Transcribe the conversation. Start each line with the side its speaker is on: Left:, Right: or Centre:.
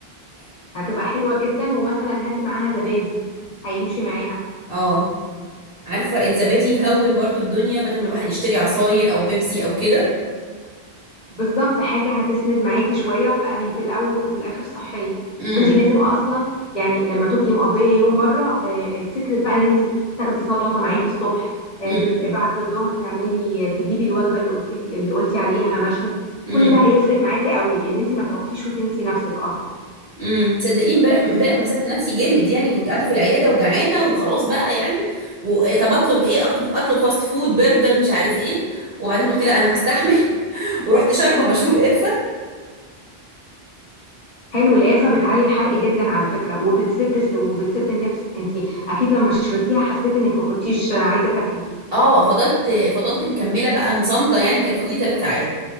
Left: هتبقى حلوه جدا ومثلا هاتي معاها زبادي هيمشي معاها
Right: اه عارفه الزبادي يهون برضو الدنيا بدل ما الواحد يشتري عصاير او بيبسي او كده
Left: بالظبط حاجة هتسند معاكي شوية وهي في الأول وفي الآخر صحية
Right: امم
Left: وانت لازم اصلا يعني لما تبقي مقضيه يوم بره آه، فكره بقى ان انت تاخدي سلطه معاكي الصبح آه،
Right: امم
Left: بال- بعد الظهر تعملي تجيبي الوجبه اللي قلت اللي قلتي عليها مشوي
Right: امم
Left: كل ده هيفرق معاكي قوي ان انت ما تعكيش وتنسي نفسك اصلا
Right: امم تصدقي امبارح امبارح مسكت نفسي جامد يعني كنت قاعده في العياده وجعانه وخلاص بقى يعني و... إيه، طب اطلب ايه اطلب اطلب فاست فود برجر مش عارف ايه وبعدين قلت لا انا هستحمل <laughs> ورحت شاربه مشروب قرفه
Left: حلو القرفه بتعلي الحرق جدا على فكره وبتسد وبتسد النفس انت اكيد لما شربتيها حسيتي انك ما كنتيش عايزه تاكلي
Right: اه فضلت فضلت مكمله بقى مصمده يعني كان فاضلي ثلاث ساعات